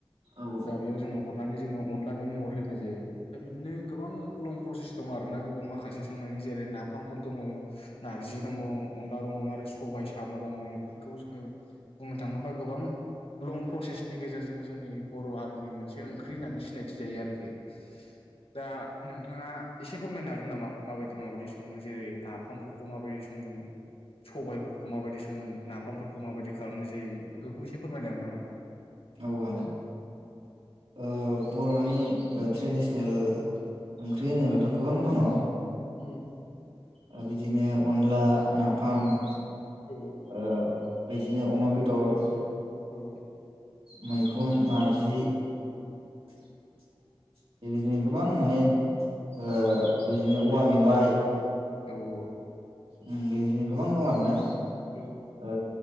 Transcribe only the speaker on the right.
औ
औ हागोन ओ बर'नि ओ ट्रेडिसनेल ओंख्रि होनोब्लाथ' गोबां दङ।
ओ बिदिनो अनला, नाफाम ओ
बिदि बिदिनो अमा बेदर
मैखुन नारजि बेबायदिनो गोबां माने ओ
बिदिनो औवा मेवाय
उम बेबायदिनो गोबां दं आरोना।
ओ